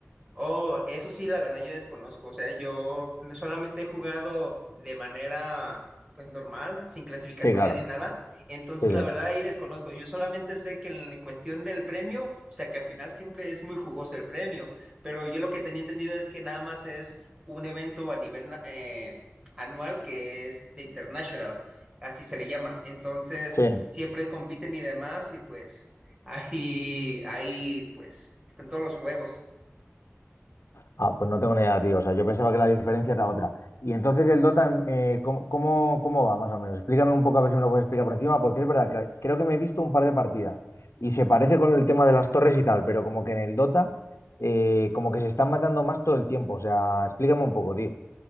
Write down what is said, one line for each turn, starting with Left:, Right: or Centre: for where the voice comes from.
Right: Oh, eso sí, la verdad yo desconozco. O sea, yo solamente he jugado de manera pues normal, sin clasificatoria
Left: Sí, claro.
Right: ni nada. Entonces,
Left: Sí, sí.
Right: la verdad ahí desconozco. Yo solamente sé que en cuestión del premio, o sea, que al final siempre es muy jugoso el premio, pero yo lo que tenía entendido es que nada más es un evento a nivel na- eh, anual que es de International, así se le llama. Entonces,
Left: Sí.
Right: siempre compiten y demás y pues ahí, ahí pues están todos los juegos.
Left: Ah, pues no tengo ni idea, tío. O sea, yo pensaba que la diferencia era otra. Y entonces el Dota, eh, ¿cómo, cómo, cómo va más o menos? Explícame un poco a ver si me lo puedes explicar por encima, porque es verdad que creo que me he visto un par de partidas y se parece con el tema de las torres y tal, pero como que en el Dota, eh, como que se están matando más todo el tiempo. O sea, explícame un poco, tío.